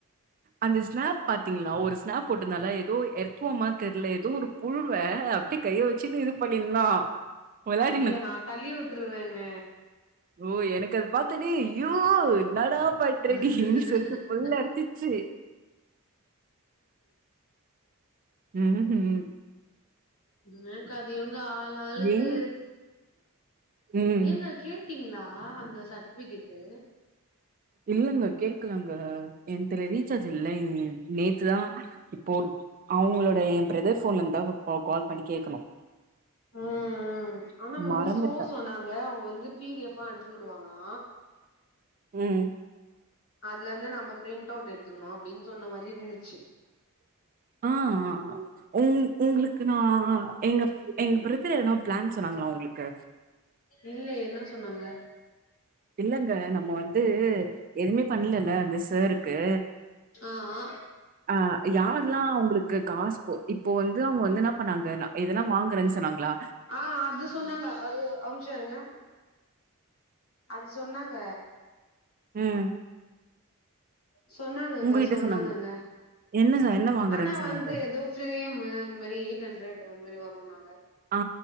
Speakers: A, on the right; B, on the left.
A: அந்த ஸ்நாப் பாத்தீங்களா ஒரு ஸ்நாப் போட்ந்தால எதோ எர்த்துவமா தெர்ல எதோ ஒரு புழுவ அப்டி கைய வச்சுனு இது பண்ணிந்தா வெளாட்
B: ப்டியா நா தள்ளி விட்ருவேங்க
A: ஓ எனக்கு அது பாத்தோனே ய்யோ என்னடா பண்ற
B: விட்டுருவேங்க
A: நீனு சொல்ட்டு புல் அரிசிச்சு ம் ஹும்
B: ம் என்கு அது இவுங்க ஆள்ளாளுக்கு
A: ஏன் ம்
B: ஏங்க கேட்டீங்களா அந்த சர்ட்ஃபிகேட்டு
A: இல்லங்க கேக்லங்க என்த்ல ரீச்சார்ஜு இல்லைங் நேத்து தா இப்போ அவுங்களோட எ பிரதர் ஃபோன்லந்து தா இப்ப கால் பண்ணி கேக்கணு
B: ம் ம் ஆனா வந்து
A: மறந்துட்ட
B: சோ சொன்னாங்க அவுங்க வந்து பி டி எஃப் ஃபா அனுப்பிவுடுவாங்களா
A: ம்
B: அதுலந்து நம்ப பிரிண்ட் அவுட் எத்துக்ணு அப்டின்னு சொன்ன மாரி இந்துச்சு
A: ஆ ஆ அ உங் உங்ளுக்கு நா எங்க எங் பிரதர் எதனா ப்ளான் சொன்னாங்களா உங்ளுக்கு
B: இல்ல என்ன சொன்னாங்க
A: இல்லங்க நம்ம வந்து எதுமே பண்லல அந்த சாருக்கு
B: ஆ ஹா
A: அ யார்ல்லா அவுங்களுக்கு காசு போ இப்போ வந்து அவுங்க வந்து இன்னா பண்ணாங்கனா இதெல்லா வாங்றேனு சொன்னாங்ளா
B: ஆ அது சொன்னாங்க அது ஒரு நிம்ஷோ இருங்க அது சொன்னாங்க
A: ம்
B: சொன்னாங்கங்க
A: உங்ககிட்ட
B: சொன்னாங்கங்க
A: சொன்னாங்க என்ன சார் என்ன வாங்குறேன்னு
B: ஆனா
A: சொன்னாங்க
B: வந்து எதோ ஃபிரேம்மு அந்தமாரி எயிட் அண்ட்ரட் அது மாரி வருனாங்க
A: ஆ